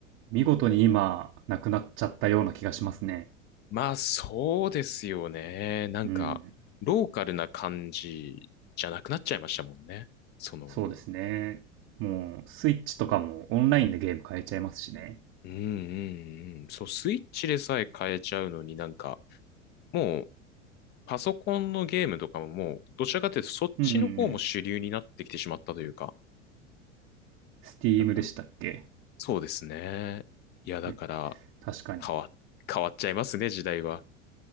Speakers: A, on the right; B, on the left.
A: 見事に今、なくなっちゃったような気がしますね。
B: まあそうですよね。なんか、
A: うん。
B: ローカルな感じじゃなくなっちゃいましたもんね。その、
A: そうですね。もう、スイッチとかもオンラインでゲーム買えちゃいますしね。
B: うんうんうん。そう、スイッチでさえ変えちゃうのになんか、もう、パソコンのゲームとかももう、どちらかというとそっちの方も主流になってきてしまったというか。
A: うんうんうん。Steam
B: だから、
A: でしたっけ
B: そうですね。いや、だから、
A: ね。確かに。
B: 変わ、変わっちゃいますね、時代は。